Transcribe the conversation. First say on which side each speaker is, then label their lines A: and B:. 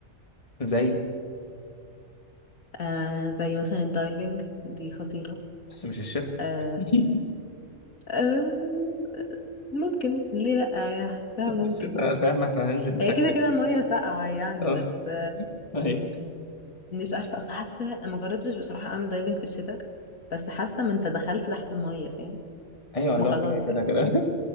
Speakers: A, on the left; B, on the left.
A: زي
B: آه زي مثلا الدايفنج دي خطيرة
A: بس مش الشتاء
B: آه
A: <laughs>
B: آه ممكن ليه لأ يعني حاساها
A: بس
B: ممكن
A: الشتاء فاهم احنا هننزل نتكتك
B: هي كده كده المية ساقعة يعني
A: آه،
B: بس
A: ايوه
B: مش عارفه اصل حاسه ما جربتش بصراحه اعمل دايفنج في الشتاء بس حاسه ما انت دخلت تحت الميه فاهم
A: ايوه لا
B: ما خلاص
A: كده كده
B: يعني
A: كده <laughs>